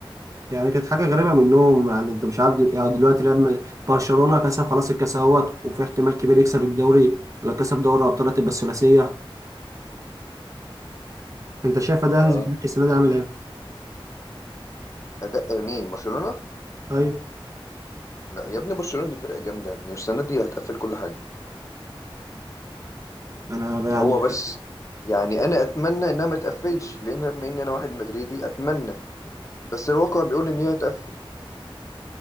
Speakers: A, on the right; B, on the left.
A: يعني كانت حاجة غريبة منهم يعني انت مش عارف دل- يعني دلوقتي لما برشلونة كسب خلاص الكاس اهوت وفي احتمال كبير يكسب الدوري ولو كسب دوري ابطال هتبقى الثلاثية انت شايف ده
B: اه
A: هانز فليك السنة دي عامل ايه؟
B: ده مين برشلونة
A: ايوه
B: لا يا ابني برشلونة دي فرقة جامدة يا ابني والسنة دي هتقفل كل حاجة
A: انا ب- يعني
B: هو بس يعني انا اتمنى انها ما تقفلش لان بما ان انا واحد مدريدي اتمنى بس الواقع بيقول ان هي تقفل